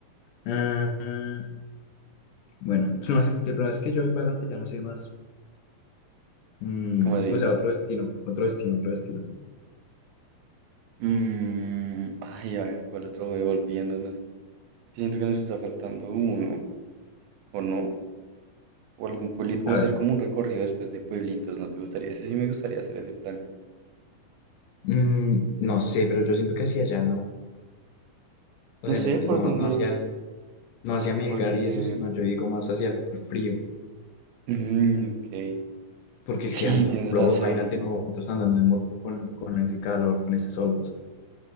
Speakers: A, on the left; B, on the right.
A: Ah, bueno, <laughs> no, es que el problema es que yo voy para adelante ya no sé más. Mm,
B: ¿Cómo así?
A: o sea, otro destino, otro destino, otro destino.
B: Mm, ay, a ver, ¿cuál otro juego? Volviéndonos. Es que siento que nos está faltando uno, o no, o algún pueblito,
A: A
B: o hacer
A: ver,
B: como un recorrido después de pueblitos, ¿no te gustaría? Ese sí me gustaría hacer ese plan.
A: mm, no sé, pero yo siento que hacia allá no. O
B: No
A: sea,
B: sé
A: en es-
B: por
A: no,
B: dónde,
A: no hacia el, no hacia Melgar
B: por dónde.
A: y eso, sino yo digo más hacia el frío.
B: Mm, ok.
A: Porque es
B: Sí,
A: que ando,
B: tienes
A: bro,
B: razón.
A: imagínate nosotros andando en moto con, con ese calor, con ese solazo.